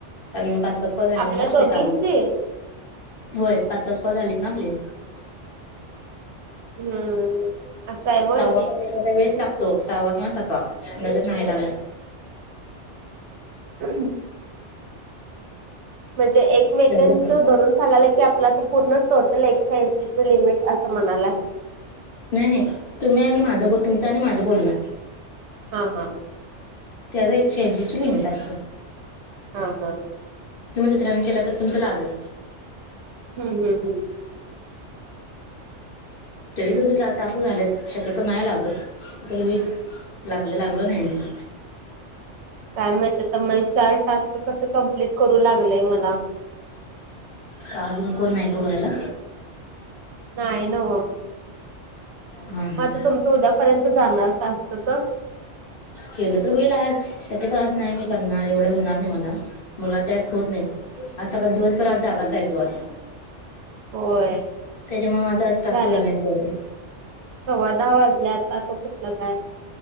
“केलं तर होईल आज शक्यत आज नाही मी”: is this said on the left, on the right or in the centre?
Left